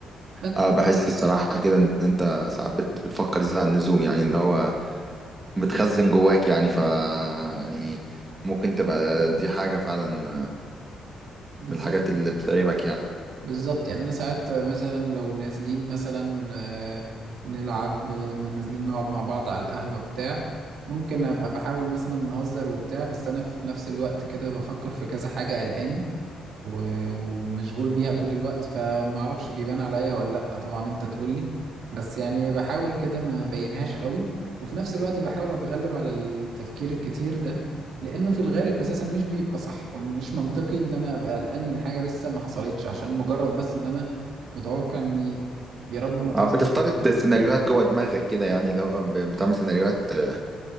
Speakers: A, on the right; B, on the right.
A: بس
B: اه بحس الصراحة كده ان انت ساعات بت... بتفكر زيادة عن اللزوم يعني اللي هو بتخزن جواك يعني ف يعني ممكن تبقى دي حاجة فعلا
A: بالظبط
B: من الحاجات اللي بتتعبك يعني
A: بالظبط يعني انا ساعات مثلا لو نازلين مثلا آه، نلعب آه، ما نازلين نقعد مع بعض على القهوة بتاع ممكن ابقى بحاول مثلا نهزر وبتاع بس انا في نفس الوقت كده بفكر في كذا حاجة قلقاني و- ومشغول بيها طول الوقت فما اعرفش بيبان عليا ولا لا طبعا انت تقول لي بس يعني بحاول كده ما بينهاش قوي وفي نفس الوقت بحاول اتغلب على التفكير الكتير ده لانه في الغالب اساسا مش بيبقى صح ومش منطقي ان انا ابقى قلقان من حاجة لسه ما حصلتش عشان مجرد بس ان انا متوقع اني يا رب ما تحصل
B: اه بتفترض
A: فاهم؟
B: سيناريوهات جوه دماغك كده يعني اللي هو ب- بتعمل سيناريوهات آه،